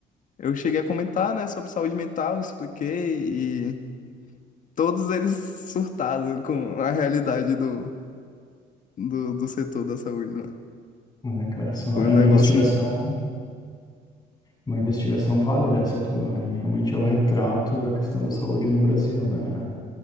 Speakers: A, on the left; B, on the left.
A: Eu cheguei a comentar, né, sobre saúde mental, expliquei, e todos eles surtados com a realidade do, do, do setor da saúde lá.
B: É, cara, só,
A: Foi
B: é
A: um negócio.
B: uma investigação, uma investigação válida essa tua, e realmente é o retrato da questão da saúde no Brasil, né?